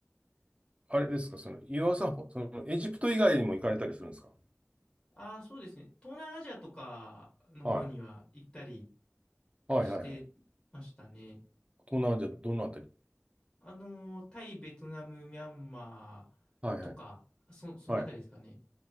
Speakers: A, on the right; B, on the left.
A: あれですか、その、岩尾さん、ほその、エジプト以外にも行かれたりするんですか
B: ああ、そうですね。東南アジアとかの方には行ったり
A: はい。はいはいはい。
B: してましたね。
A: 東南アジア、どのあたり
B: あのー、タイ、ベトナム、ミャンマー
A: はいはい。
B: とか、そ、そのあたりですかね。
A: はい。